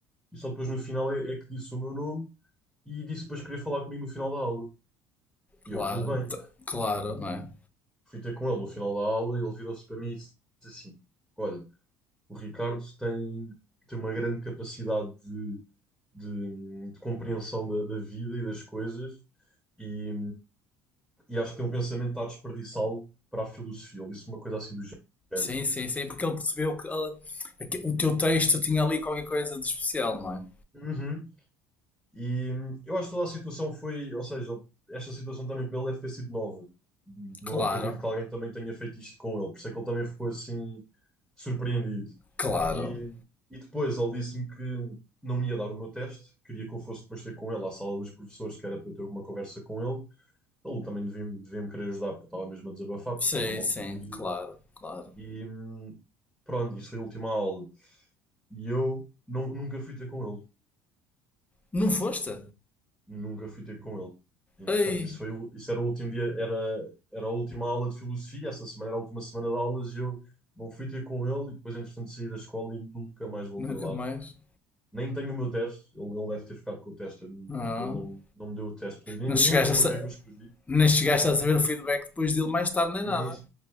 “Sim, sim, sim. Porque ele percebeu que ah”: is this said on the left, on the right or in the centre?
Left